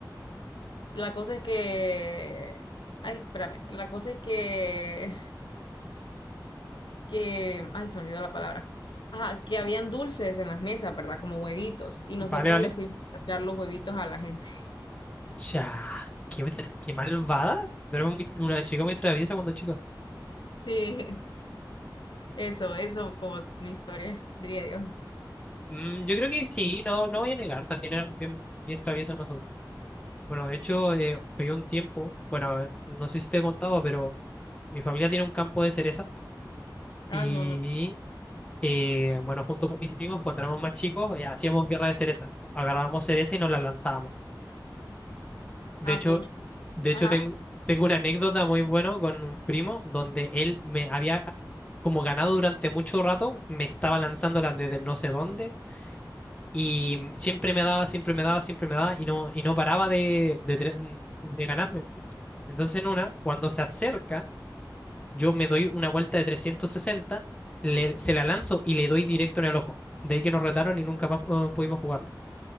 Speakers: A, on the left (about 85°); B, on the left (about 15°).
A: la cosa es que... Ay, espérame. La cosa es que que, ay, se olvidó la palabra. Ajá, que habían dulces en las mesas, ¿verdad? Como huevitos. Y nosotras
B: Vale, vale.
A: le fuimos a tirar los huevitos a la gente. <laughs>
B: Ya, qué, tra- qué malvada. Pero era muy- una chica muy traviesa cuando chica.
A: Sí, eso, eso como mi historia, diría yo.
B: Mm, yo creo que sí, no, no voy a negar, también era bien, bien traviesa nosotros. Bueno, de hecho, eh, fue un tiempo, bueno, no sé si te he contado, pero mi familia tiene un campo de cereza
A: Ah,
B: y,
A: no, no.
B: eh, bueno, junto con mis primos, cuando éramos más chicos, eh, hacíamos guerra de cereza. Agarrábamos cereza y nos la lanzábamos. De
A: Ah,
B: hecho,
A: pucha.
B: de hecho
A: Ajá,
B: tengo, tengo una anécdota muy buena con un primo donde él me había como ganado durante mucho rato, me estaba lanzándola desde no sé dónde Y mm, siempre me daba, siempre me daba, siempre me daba y no, y no paraba de, de, tre- de ganarme. Entonces en una, cuando se acerca, yo me doy una vuelta de 360, le- se la lanzo y le doy directo en el ojo. De ahí que nos retaron y nunca más eh, pudimos jugarlo.